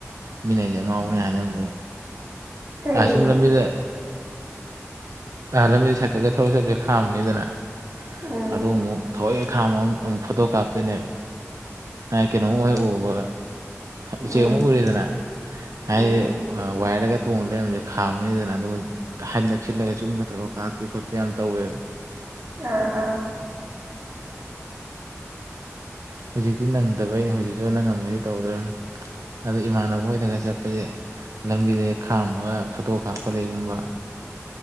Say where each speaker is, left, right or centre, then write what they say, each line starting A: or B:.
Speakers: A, on the right (about 80°); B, on the right (about 65°).
A: ꯃꯤꯅ ꯑꯩꯁꯦ ꯑꯉꯥꯎꯅꯤ ꯍꯥꯏꯅꯔꯝꯗꯩꯅ‌ꯦ
B: ꯀꯩꯒꯤꯅꯣ
A: ꯁꯨꯝ ꯂꯝꯕꯤꯗ ꯂꯝꯕꯤꯗ ꯁꯦꯛꯇꯒ ꯊꯧꯔ ꯆꯠꯞ ꯈꯥꯝꯝꯕꯅꯤꯗꯅ
B: ꯎꯝ
A: ꯑꯗꯨ ꯑꯃꯨꯛ ꯊꯑꯑꯦꯛ ꯈꯥꯝꯃ ꯑꯃꯨꯛ ꯐꯣꯇꯣ ꯀꯥꯞꯇꯣꯏꯅꯦ ꯍ ꯀꯩꯅꯣꯝ ꯍꫭꯏ ꯎꯕ ꯎꯆꯦꯛ
B: ꯎꯝ
A: ꯑꯃꯨꯛ ꯎꯔꯤꯗꯅ ꯍꯥꯏꯗ
B: ꯎꯝ
A: ꯋꯥꯏꯌꯔꯗ ꯇꯣꯡ ꯂꯩꯔꯝꯕꯁꯦ ꯈꯥꯝꯃꯅꯤꯗꯅ ꯑꯗꯨꯒ ꯍꯟ ꯅꯛꯁꯤꯜꯂꯒ ꯖꯨꯝꯒ ꯇꯧꯔꯒ ꯀꯥꯞꯄꯤ ꯈꯣꯠꯄꯤ ꯌꯥꯝ ꯇꯧꯋꯦꯕ
B: ꯑꯥ ꯑꯥ
A: ꯍꯧꯖꯤꯛꯇꯤ ꯅꯪꯗꯕꯩꯩꯅ ꯍꯧꯖꯤꯛꯁꯨ ꯅꯪꯉꯝꯃꯗꯤ ꯇꯧꯗꯣꯏ ꯑꯗꯣ ꯏꯃꯥꯟꯅꯕ ꯍꯣꯏꯗꯒ ꯆꯠꯄꯁꯦ ꯂꯝꯕꯤꯗ ꯍꯦꯛ ꯈꯥꯝꯃꯒ ꯐꯣꯇꯣ ꯀꯥꯞꯄ ꯂꯩꯒꯨꯝꯕ